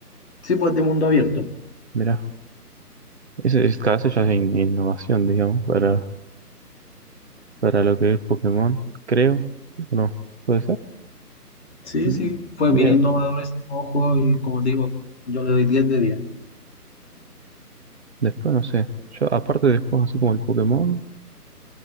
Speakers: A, on the left (about 45°); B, on the right (about 45°).
A: Sí, pues de mundo abierto.
B: Mira. Ese, es cada vez ya es in- innovación, digamos, para, para lo que es Pokémon, creo. ¿O No, puede ser.
A: Sí,
B: Mm,
A: sí, fue
B: mira,
A: bien innovador ese juego y como te digo, yo le doy diez de diez.
B: Después no sé. Yo, aparte de juegos así como el Pokémon.